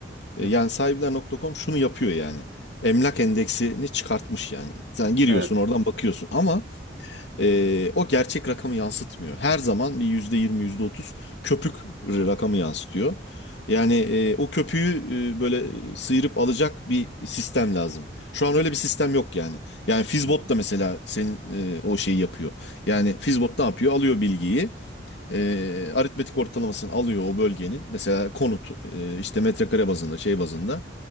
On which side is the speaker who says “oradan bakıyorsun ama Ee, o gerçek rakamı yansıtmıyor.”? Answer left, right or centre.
Left